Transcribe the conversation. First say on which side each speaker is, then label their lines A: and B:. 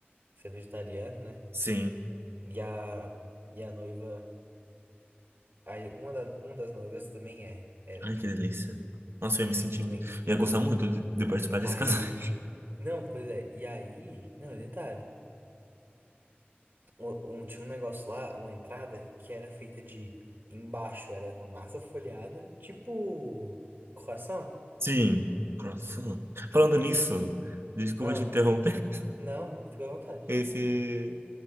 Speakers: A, on the right; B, on the right.
A: Você é vegetariano, né?
B: Sim.
A: E a, e a noiva. Aí, uma, da, uma das noivas também é. Era.
B: Ai, que delícia. Nossa, eu ia me sentir.
A: Também.
B: Eu ia gostar muito de, de participar desse
A: Aí.
B: casamento.
A: Não, pois é. E aí. Não, detalhe. Um, um- tinha um negócio lá, uma entrada, que era feita de. Embaixo era uma massa folhada, tipo. Coração?
B: <laughs> Sim, croissant. Falando nisso,
A: E.
B: desculpa
A: Ah,
B: te interromper.
A: não, fica à vontade.
B: Esse,